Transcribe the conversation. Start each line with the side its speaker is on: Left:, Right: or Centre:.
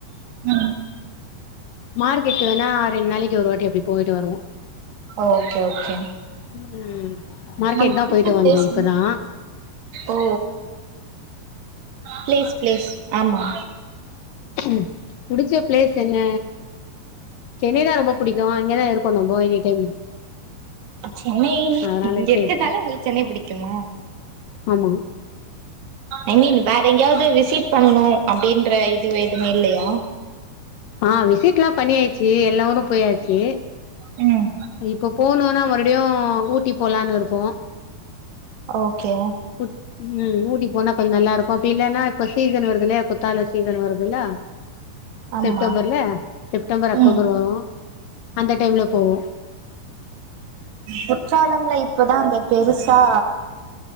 Right: ம்
Left: மார்க்கெட் வேணா ரெண்டு நாளைக்கு ஒரு வாட்டி அப்டி போயிட்டு வருவோம்
Right: ஓகே ஓகே
Left: ம் மார்க்கெட்
Right: உங்களுக்கு
Left: தான்
Right: புடிச்ச
Left: போய்ட்டு
Right: பிளேஸ்
Left: வந்தேன் இப்பதான்
Right: என்ன ஓ ப்ளேஸ் ப்ளேஸ் ஆமா
Left: ம் புடிச்ச ப்ளேஸ் என்ன சென்னை தான் ரொம்ப புடிக்கும் அங்க தான் இருப்போம் நம்ப எனி டைம்
Right: சென்னை
Left: அதனால
Right: இங்க
Left: சேரி
Right: இருக்றதுனால உங்ளுக்கு சென்னை பிடிக்குமா
Left: ஆமா
Right: ஐ மீன் வேற எங்கயாவது விசிட் பண்ணணோ அப்டின்ற இது எதுமே இல்லையா
Left: ஆ விசிட்லா பண்ணியாச்சு எல்லாரு போயாச்சு
Right: ம்
Left: இப்போ போனுனா மறுடியு ஊட்டி போலான்னு இருக்கோ
Right: ஓகே
Left: உ <unintelligible> ம் ஊட்டி போனா கொஞ்ச நல்லா இருக்கு அப்டி இல்லன்னா இப்ப சீசன் வருதுல்லையா குத்தால சீசன் வருதுல்ல
Right: ஆமா
Left: செப்டம்பர்ல செப்டம்பர் அக்டோபர்
Right: ம்
Left: வரும் அந்த டைம்ல போவோ
Right: குற்றாலம்ல இப்பதா அந்த பெருசா